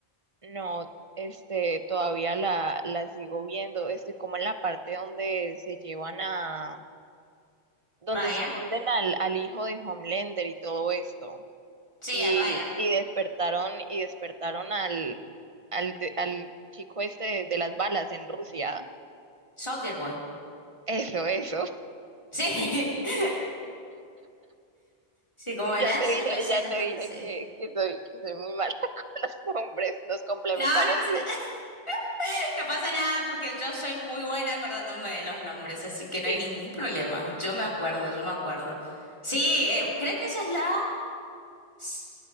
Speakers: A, on the right; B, on the left.
A: No, este, todavía la, la sigo viendo, este, como en la parte donde se llevan a, donde
B: Ryan?
A: esconden al, al hijo de Homelander y todo esto.
B: Sí,
A: Y,
B: a Ryan.
A: y despertaron, y despertaron al, al, de- al chico este de, de las balas en Rusia.
B: Soldier Boy.
A: Eso, eso. <laughs>
B: Sí, <laughs> sí, como verás,
A: Ya te dije,
B: me sé
A: ya
B: los
A: te
B: nombres,
A: dije
B: sí.
A: que, que soy, que soy muy mala <laughs> con los nombres, nos complementamos
B: No, no pasa
A: bien.
B: nada. <laughs> No pasa nada porque yo soy muy buena acordándome de los nombres, así que
A: <laughs>
B: no hay ningún problema. Yo me acuerdo, yo me acuerdo. Sí, eh, creo que esa es la s-